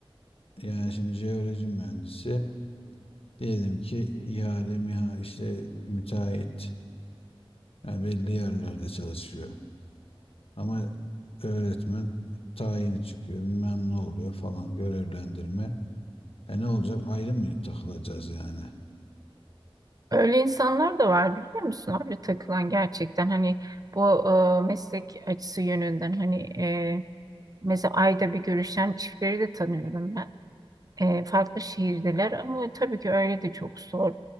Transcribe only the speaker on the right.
Öyle insanlar da var biliyor musun abi takılan gerçekten hani bu e, meslek açısı yönünden hani e, mesela ayda bir görüşen çiftleri de tanıyorum ben. E, farklı şehirdeler ama tabii ki öyle de çok zor.